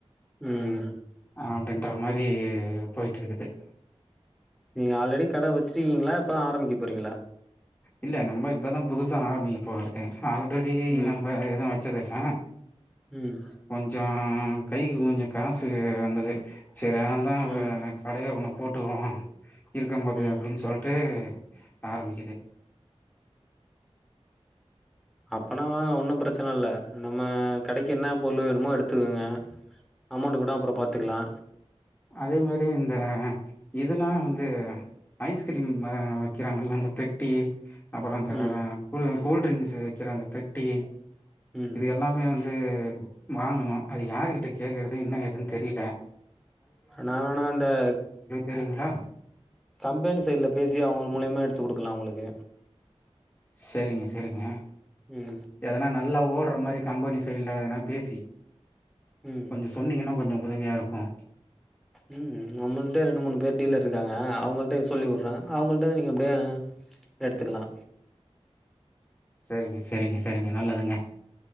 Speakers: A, in the centre; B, on the left.
A: ம்
B: ஆ அப்டின்ற மாரி போயிட்டு இருக்குது
A: நீங்க ஆல்ரெடி கட வச்சி ஈங்ளா இப்பதா ஆரம்பிக்க போறீங்ளா
B: இல்ல நம்ம இப்பதா புதுசா ஆரம்பிக்க போறதே நா ஆல்ரெடி
A: ம்
B: நம்ம எதும் வச்சது ஆ
A: ம்
B: கொஞ்சோ உம் கைக்கு கொஞ்சோ காசு வே வந்தது செரி அதனாலதா ஒரு
A: ம்
B: கடைய ஒன்னுப் போட்டுக்குவோ இருக்கும் போதே
A: ம்
B: அப்டின்னு சொல்லிட்டு ஆரம்பிக்கிது
A: அப்பனா வாங்க ஒன்னு ப்ரச்சன இல்ல நம்ம கடைக்கு என்ன பொர்ளு வேணுமோ எடுத்துக்கோங்க அமௌண்ட் கூட அப்றோ பாத்துக்கலா
B: அதே மாரி இந்த இதுலா வந்து ஐஸ்கிரீம் ஆ வெக்கிறாங்கல்ல அந்த பெட்டி அப்றோ அந்த <unintelligible>
A: ம்
B: கூல் ட்ரிங்க்ஸு வெக்கிற அந்த பெட்டி
A: ம்
B: இது எல்லாமே வந்து வாங்கனு அது யாருகிட்ட கேக்குறது என்ன எதுன் தெரில
A: நா வேனா அந்தக்
B: தெரியுங்களா
A: கம்பெனி சைட்ல பேசி அவங்க மூலியமா எடுத் து குடுக்கலா உங்களுக்கு
B: செரிங்க செரிங்க
A: ம்
B: எதனா நல்லா ஓடுற மாரி கம்பெனி சைடுல எதனா பேசி
A: ம்
B: கொஞ்சோ சொன்னீங்கன்னா கொஞ்சோ உதவியாக இருக்கும்
A: உம் நம்மிட்ட ரெண்டு மூணு பேர் டீலர் இருக்காங்க அவங்கள்ட்ட சொல்லி விடுற அவங்கள்ட நீங்க அப்டியே எடுத்துக்கலா
B: செரிங்க ச சரிங்க சரிங்க நல்லதுங்கொ